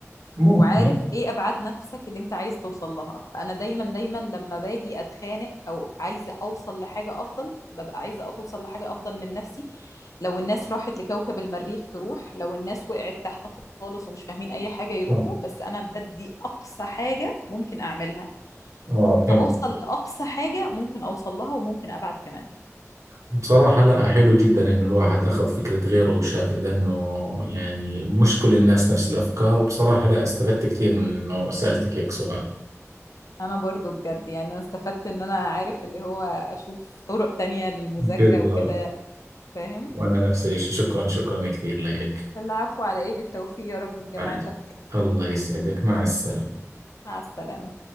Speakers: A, on the right; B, on the left.
A: ممكن
B: وعارف ايه ابعاد نفسك اللي انت عايز توصل لها فانا دايما دايما لما باجي اتخانق او عايزه اوصل لحاجه افضل ببقى عايزه اوصل لحاجه افضل من نفسي لو الناس راحت لكوكب المريخ تروح لو الناس وقعت تحت خالص ومش فاهمين اي حاجه يروحوا
A: اه
B: بس انا بدي اقصى حاجه ممكن اعملها
A: اه فهمت
B: فبوصل لاقصى حاجه ممكن اوصل لها وممكن ابعد كمان
A: بصراحة لا حلو جدا إنه الواحد أخذ فكرة غيره وشاف إذا إنه يعني مش كل الناس نفس الأفكار وبصراحة لا استفدت كثير من إنه سألتك هيك سؤال
B: انا برضو بجد يعني انا استفدت ان انا عارف اللي هو اشوف طرق تانية للمذاكره
A: بالضبط
B: وكده فاهم
A: وأنا نفس الشيء شكرا شكرا كثير لك
B: العفو على ايه بالتوفيق يا رب في جامعتك
A: مع- الله يسعدك مع السلامة
B: مع السلامة